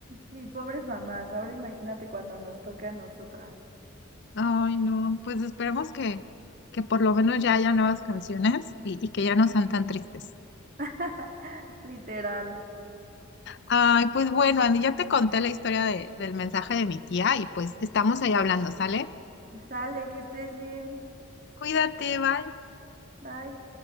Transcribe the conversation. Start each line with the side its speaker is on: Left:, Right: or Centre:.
Right: Y pobres mamás, ahora imagínate cuando nos toque a nosotras.
Left: Ay, no, pues esperemos que, que por lo menos ya haya nuevas canciones y, y que ya no sean tan tristes.
Right: <laughs> Literal.
Left: Ay, pues bueno, Andy, ya te conté la historia de- del mensaje de mi tía y pues estamos ahí hablando, ¿sale?
Right: Sale, que estés bien.
Left: Cuídate, bye.
Right: Bye.